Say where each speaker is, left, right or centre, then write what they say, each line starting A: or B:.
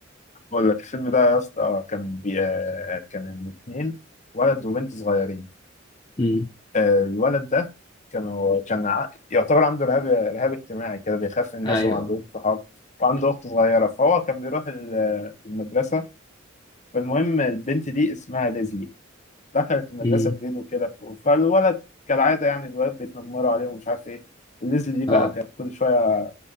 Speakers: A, on the left (about 35°); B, on the left (about 20°).
A: أقول لك الفيلم ده يا اسطى كان بي آه، كان الاتنين ولد وبنت صغيرين
B: امم
A: آه، الولد ده كانوا كان ع- يعتبر عنده رهاب رهاب اجتماعي كده بيخاف من الناس
B: أيوه
A: وما عندهوش صحاب وعنده أخت صغيرة فهو كان بيروح ال- المدرسة فالمهم البنت دي اسمها ليزلي دخلت المدرسة
B: امم
A: جديد وكده ف- فالولد كالعادة يعني الولاد بيتنمروا عليه ومش عارف إيه ليزلي دي بقى
B: أه
A: كانت كل شوية